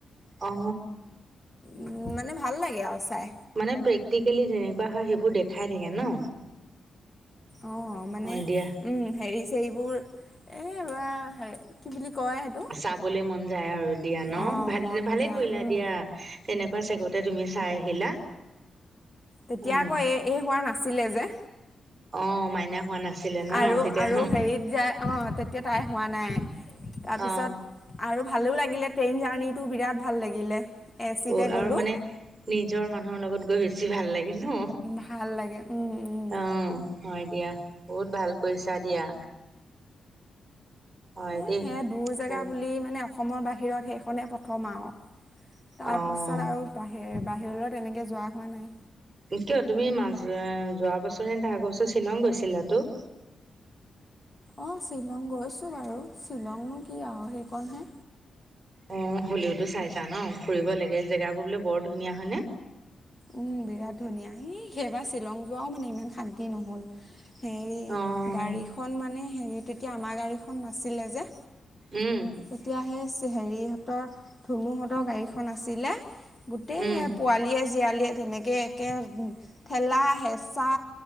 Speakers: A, on the right; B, on the left.
A: অ
B: উম মানে ভাল লাগে আৰু চাই
A: মানে প্ৰেক্টিকেলি যেনেকুৱা হয় সেইবোৰ দেখাই থাকে ন
B: অ মানে
A: অ দিয়া
B: উম হেৰি চেৰিবোৰ এ ৰোৱা হে কি বুলি কয় সেইটো
A: চাবলৈ মন যায় আৰু দিয়া ন
B: অ'
A: ভাল
B: মন
A: ভালে
B: যায়
A: কৰিলা
B: উম,
A: দিয়া তেনেক ছেগতে তুমি চাই আহিলা।
B: তেতিয়া
A: অ
B: আকৌ এ এই হোৱা নাছিলে যে
A: <inaudible> মাইনা হোৱা নাছিলে ন
B: আৰু
A: তেতিয়া
B: আৰু হেৰিত যায় আহ তেতিয়া তাই হোৱা নাই। তাৰপিছত
A: অ
B: আৰু ভালো লাগিলে, ট্ৰেইন জাৰ্ণিটো বিৰাট ভাল লাগিলে। এ চিতে
A: অ আৰু
B: গ'লোঁ।
A: মানে নিজৰ মানুহৰ লগত গৈ বেছি ভাল লাগ- এ ন
B: ভাল লাগে উম, উম।
A: অ হয় দিয়া। বহুত ভাল কৰিছা দিয়া। হয়
B: এ
A: দেই।
B: সেয়া দূৰ জেগা
A: বহুত
B: বুলি মানে অসমৰ বাহিৰত সেইখনে প্ৰথম আও। তাৰ
A: অ'।
B: পিছত আৰু বাহিৰ বাহিৰলৈ তেনেকে যোৱা হোৱা নাই।
A: এতিয় তুমি মাজ অ যোৱা বছৰ আগৰ বছৰ শ্বিলং গৈছিলা ত। <inaudible>
B: অ শ্বিলং গৈছো বাৰু শ্বিলংনো কি আৰু সেইকণহে।
A: অ হলিওতো চাইছা ন ফুৰিব লাগে জেগাবোৰ বোলে বৰ ধুনীয়া হয়নে?
B: উম বিৰাট ধুনীয়া সি সেইবাৰ শ্বিলং যোৱাও মানে ইমান শান্তি নহ'ল। হেৰি
A: অ'।
B: গাড়ীখন মানে হেৰি তেতিয়া আমাৰ গাড়ীখন নাছিলে যে।
A: উম,
B: এতিয়া সেই হেৰিহতৰ ধুনুহতৰ গাড়ীখন আছিলে। গোটেই
A: উম,
B: সেই পোৱালীয়ে জীয়ালীয়ে তেনেকে একে ঠেলা হেঁচা।